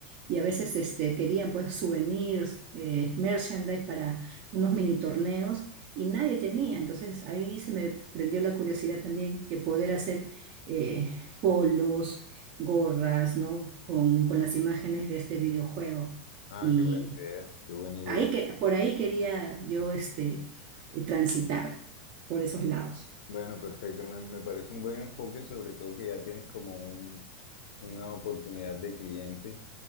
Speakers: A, on the right; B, on the left.
A: y a veces este, querían pues souvenirs, eh, merchandise para unos mini torneos y nadie tenía. Entonces ahí se me prendió la curiosidad también que poder hacer eh, polos, gorras, ¿no? Con, con las imágenes de este videojuego.
B: ah,
A: Y
B: qué buena idea, qué buena idea.
A: ahí que, por ahí quería yo este, transitar, por esos lados.
B: Bueno, perfecto. Me, me parece un buen enfoque, sobre todo que ya tienes como un- una oportunidad de cliente.